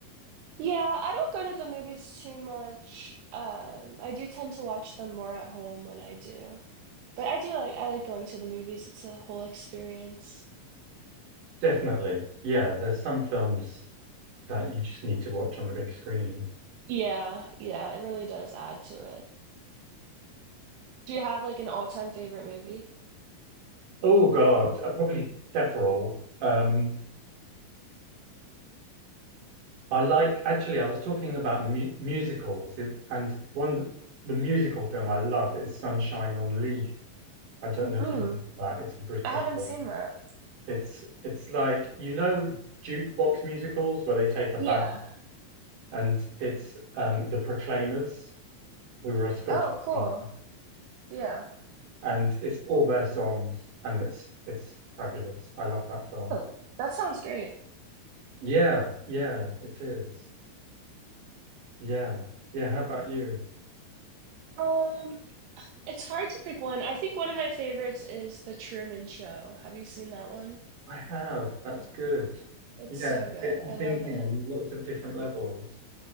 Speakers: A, on the right; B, on the right.
A: Yeah, I don't go to the movies too much. Um, I do tend to watch them more at home when I do. But I do like I like going to the movies. It's a whole experience.
B: Definitely. Yeah, there's some films that you just need to watch on the big screen.
A: Yeah, yeah, it really does add to it. Do you have like an all-time favorite movie?
B: Oh God, uh, probably several. Um, I like actually. I was talking about mu musicals, it- and one the musical film I love is Sunshine on Leith. I don't know if
A: Mm,
B: you know that. It's a British
A: I haven't
B: one.
A: seen that.
B: It's it's like you know jukebox musicals where they take a
A: Yeah.
B: band, and it's um the Proclaimers who were a Scottish
A: Oh, cool.
B: band,
A: Yeah.
B: and it's all their songs, and it's it's fabulous. I love that film.
A: Oh, that sounds great.
B: Yeah, yeah, it is. Yeah. Yeah. How about you?
A: Um, it's hard to pick one. I think one of my favorites is The Truman Show. Have you seen that one?
B: I have. That's good.
A: It's
B: Yeah.
A: so good.
B: gets you
A: I love
B: thinking
A: it.
B: on lots of different levels.